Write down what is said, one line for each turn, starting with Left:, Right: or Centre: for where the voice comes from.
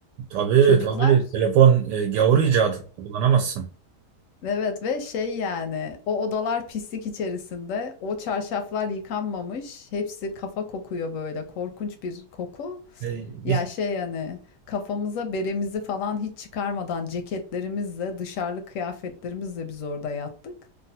Right: tabii
Left: Çocuklar,
Right: tabii telefon e, gavur icadı kullanamazsın.
Left: Evet ve şey yani o odalar pislik içerisinde o çarşaflar yıkanmamış hepsi kafa kokuyor böyle korkunç bir koku.
Right: Ey,
Left: Ya şey yani kafamıza beremizi falan hiç çıkarmadan ceketlerimizle dışarılık kıyafetlerimizle biz orada yattık.